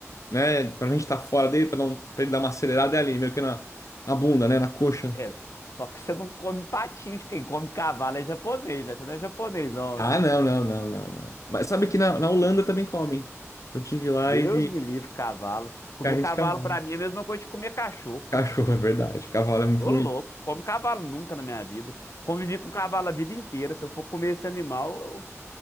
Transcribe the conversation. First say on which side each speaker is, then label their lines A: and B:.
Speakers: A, on the left (about 85°); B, on the left (about 70°).
A: né? Quando a gente tá fora dele, pra, não, pra ele dar uma acelerada, é ali, meio que na, na bunda, né? Na coxa.
B: É, só que você não come patinho de quem come cavalo é japonês, né? Você não é japonês não,
A: Ah,
B: né?
A: não, não, não, não, não. Mas sabe que na, na Holanda também comem. Eu tive lá
B: Deus
A: e vi
B: me livre, cavalo. Comer
A: carne
B: cavalo
A: de cavalo.
B: pra mim é a mesma coisa de comer cachorro.
A: Cachorro, é verdade. Cavalo é muito
B: Tô
A: bonito.
B: louco, come cavalo nunca na minha vida. Convivi com cavalo a vida inteira. Se eu for comer esse animal, eu,